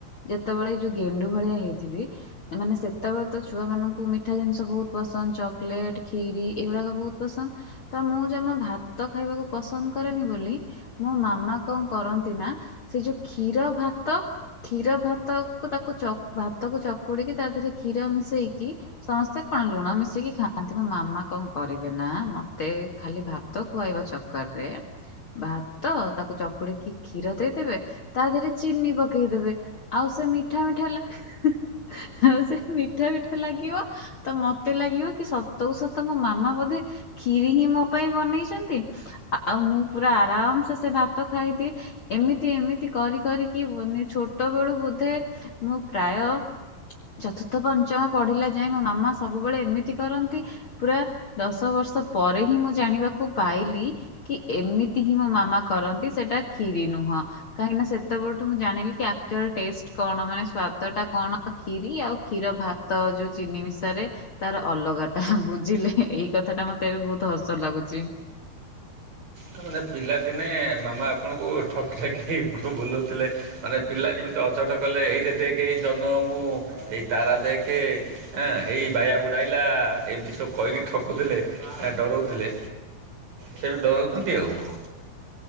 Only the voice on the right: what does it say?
ତାମାନେ ପିଲାଦିନେ ମାମା ଆପଣଙ୍କୁ ଠକି ଠାକି କି ଭୁଆଁ ବୁଲଉଥିଲେ। ମାନେ ପିଲା ଯେମିତି ଅଛଟ କଲେ ଏଇରେ ଦେଖେ ଏଇ ଜହ୍ନ ମାମୁଁ ଏଇ ତାରା ଦେଖେ ଏଁ ଏଇ ବାୟ ବୁଢା ଆଇଲା ଏମିତି ସବୁ କହିକି ଠକୁଥିଲେ ଏ ଡରଉଥିଲେ ସେ ବି ଡରଉଛନ୍ତି ଆଉ କଣ।